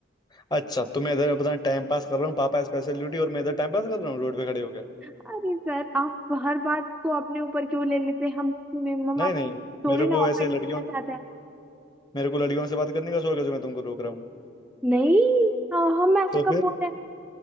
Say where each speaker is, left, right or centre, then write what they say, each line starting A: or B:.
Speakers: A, on the left; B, in the centre.
A: अच्छा तो मैं इधर अपना टाइम पास कर रहा हूँ पापा स्पेशल ड्यूटी और मैं इधर टाइम पास कर रहा हूँ रोड पे खड़े होकर
B: अरे सर आप हर बात को अपने ऊपर क्यों ले लेते हैं? हम मम्मा
A: नहीं
B: आपको
A: नहीं
B: थोड़ी
A: मेरे
B: ना
A: को
B: ऑफेंड
A: ऐसे लड़कियों
B: करना चाहते हैं
A: मेरे को लड़कियों से बात करने का शौक है जो मैं तुमको रोक रहा हूँ
B: नहीं हाँ, हम ऐसा
A: तो
B: कब
A: फिर
B: बोल रहे हैं